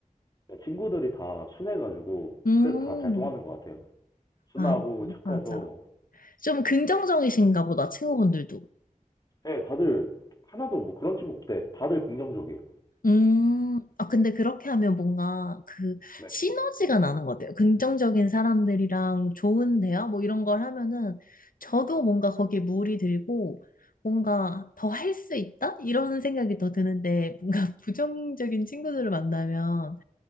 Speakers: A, on the left; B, on the left.
A: 그러니까 친구들이 다 순해가지고
B: 음,
A: 그래서 다 잘 통하는 것 같아요. 순하고
B: 아,
A: 착해서
B: 맞아. 좀 긍정적이신가 보다, 친구분들도.
A: 네, 다들 하나도 뭐 그런 친구 없대. 다들 긍정적이에요.
B: 음, 아, 근데 그렇게 하면 뭔가 그
A: 네.
B: 시너지가 나는 것 같아요. 긍정적인 사람들이랑 좋은 대화 뭐 이런 걸 하면은 저도 뭔가 거기에 물이 들고 뭔가 더 할 수 있다? 이런 생각이 더 드는데 뭔가 <laughs> 부정적인 친구들을 만나면